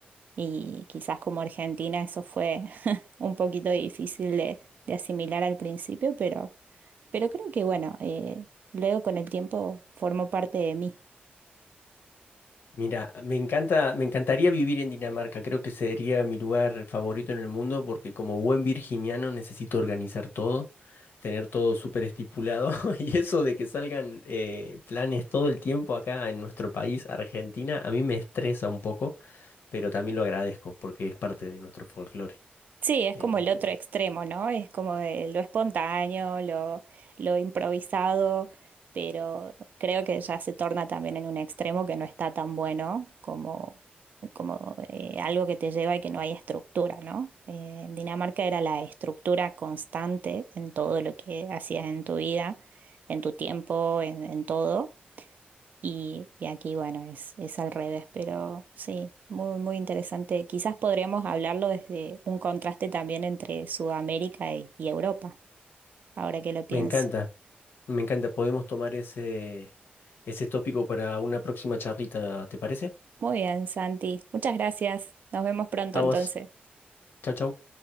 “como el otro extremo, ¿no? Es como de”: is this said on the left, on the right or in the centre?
Right